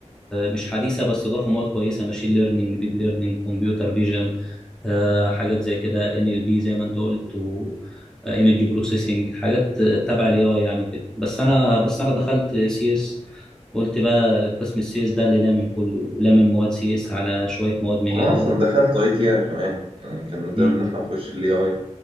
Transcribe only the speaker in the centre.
مش حديثة بس اضافوا مواد كويسة ماشين ليرنينج ديب ليرنينج كمبيوتر فيجن آه، حاجات زي كده ان ال بي زي ما انت قلت و ايمج بروسيسنج حاجات آه، تبع الاي اي يعني وكده بس انا بس انا دخلت سي اس قلت بقى قسم السي اس ده اللي لامم كله لامم مواد سي اس على شويه مواد من
اي اي
مم.